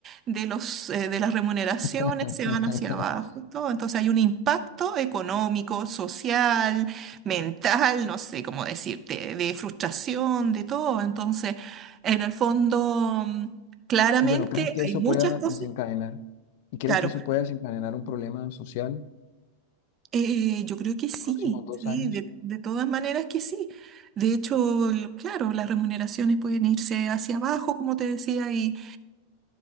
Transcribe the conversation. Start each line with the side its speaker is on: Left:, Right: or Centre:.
Right: de los, eh, de las remuneraciones
Left: <laughs>
Right: se van hacia abajo y todo. Entonces hay un impacto económico, social, mental, no sé cómo decirte, de frustración, de todo. Entonces, en el fondo, mm, claramente
Left: Y bueno, ¿crees que eso
Right: hay muchas
Left: pueda
Right: cosas.
Left: desencadenar? ¿Y crees
Right: Claro,
Left: que eso pueda desencadenar un problema social
Right: eh, yo creo que sí,
Left: próximos dos
Right: sí,
Left: años?
Right: de, de todas maneras que sí. De hecho, l- claro, las remuneraciones pueden irse hacia abajo, como te decía, Y